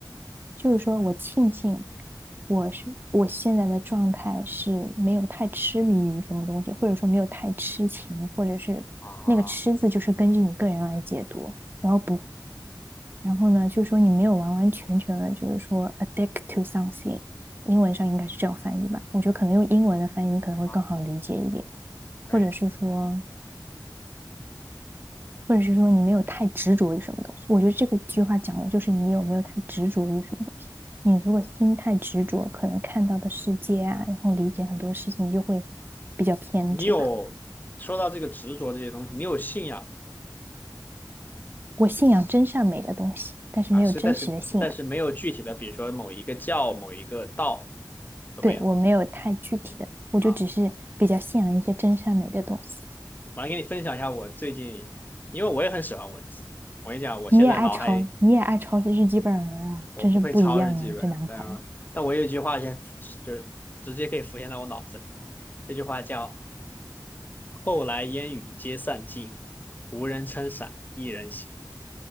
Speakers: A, on the right; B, on the left.
A: 就是说我庆幸我是我现在的状态是没有太痴迷于什么东西，或者说没有太痴情，或者是那个“痴”字就是根据你个人来解读，
B: 啊，啊
A: 然后不，然后呢，就是说你没有完完全全的，就是说 addict to something，英文上应该是这样翻译吧？我觉得可能用英文的翻译可能会更好理解一点，
B: 好，
A: 或者是说。
B: 可以。
A: 或者是说你没有太执着于什么东西。我觉得这个句话讲的就是你有没有太执着于什么东西。你如果心太执着，可能看到的世界啊，
B: 啊，
A: 然后理解很多事情就会比较偏执吧。
B: 你有说到这个执着这些东西，你有信仰
A: 我信仰真善美的东西，但是没有真实的信仰。
B: 啊，是，但是但是没有具体的，比如说某一个教、某一个道都没有
A: 对，我没有太具体的，我就只是比较信仰一些真善美的东西。
B: 啊。我来给你分享一下我最近，因为我也很喜欢文字。我跟你讲，我现在脑海
A: 你也爱抄，你也爱抄些日记本儿啊，
B: 我不会抄日记本，
A: 真是不一样啊，这男孩
B: 但但我有一句话先就是直接可以浮现在我脑子里，这句话叫“后来烟雨皆散尽，无人撑伞一人行”。